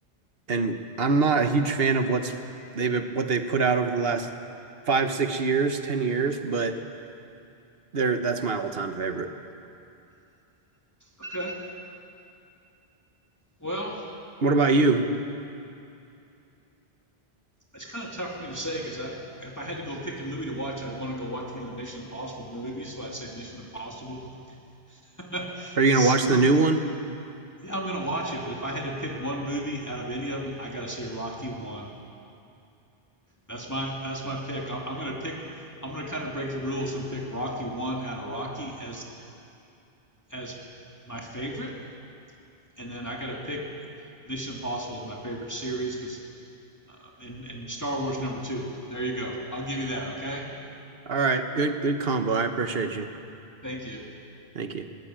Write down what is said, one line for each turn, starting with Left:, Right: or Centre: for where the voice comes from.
Right: and I'm not a huge fan of what's they've what they've put out over the last five, six years, ten years, but they're that's my all time favorite.
Left: Okay. Well,
Right: What about you?
Left: it's kind of tough for me to say because I, if I had to go pick a movie to watch, I'd want to go watch one of the Mission Impossible movies. So I'd say Mission Impossible. <laughs>
Right: Are you
Left: so
Right: gonna watch the new one?
Left: yeah, I'm gonna watch it. But if I had to pick one movie out of any of them, I gotta say Rocky One. That's my that's my pick. I, I'm gonna pick. I'm gonna kind of break the rules and pick Rocky One out of Rocky as as my favorite, and then I gotta pick Mission Impossible as my favorite series because um, and and Star Wars number two. There you go. I'll give you that. Okay.
Right: All right, good good combo. I appreciate you.
Left: Thank you.
Right: Thank you.